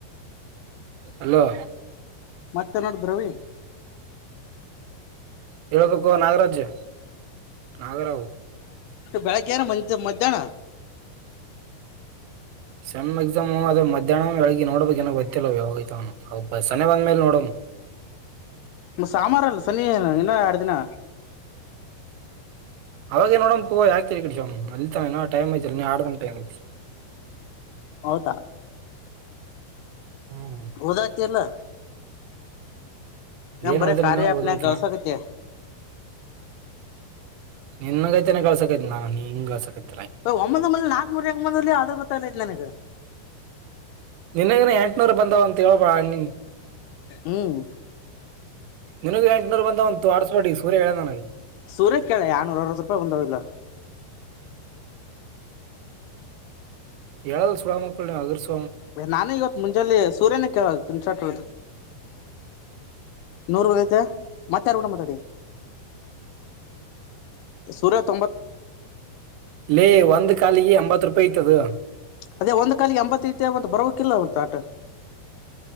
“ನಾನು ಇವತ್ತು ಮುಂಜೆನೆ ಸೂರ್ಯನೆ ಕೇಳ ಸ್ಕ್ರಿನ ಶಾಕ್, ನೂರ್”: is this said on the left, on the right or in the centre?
Left